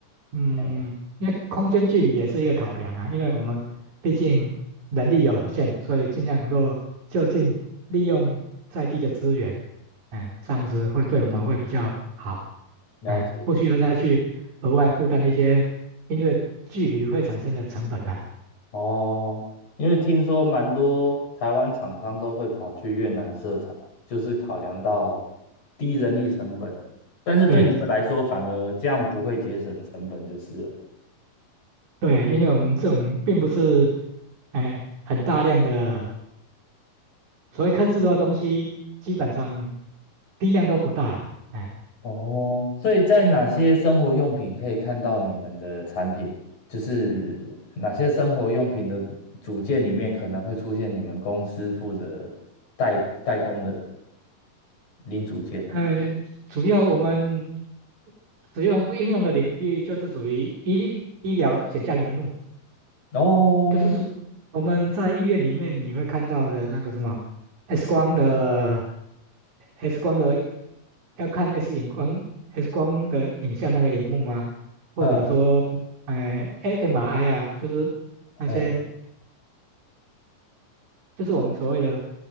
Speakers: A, on the right (about 60°); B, on the left (about 60°).
A: 嗯，
B: 哎，
A: 因为空间距离也是一个考量啊，因为我们毕竟能力有限，所以尽量能够就近利用在地的资源，哎，这样子会对我们会比较好，
B: 了解。
A: 哎，不需要再去额外负担一些因为距离会产生的成本啊。
B: 哦，因为听说蛮多台湾厂商都会跑去越南设厂，就是考量到
A: 嗯
B: 低人力成本，但是对你们来说反而这样不会节省成本就是了。
A: 对对，因为我们这种并不是，哎，很大量的。所谓克制的东西，基本上批量都不大了，哎，
B: 哦，所以在哪些生活用品可以看到你们的产品？就是哪些生活用品的组件里面可能会出现你们公司负责代代工的零组件？
A: 呃，主要我们使用应用的领域就是属于医医疗显像荧幕，
B: 哦，
A: 就是说我们在医院里面你会看到的那个什么 X 光的 X 光的要看 X 荧光 X 光的影像那个荧幕啊，或者说呃
B: 嗯，
A: M- MRI 啊，就是。那些
B: 哎，
A: 就是我们所谓的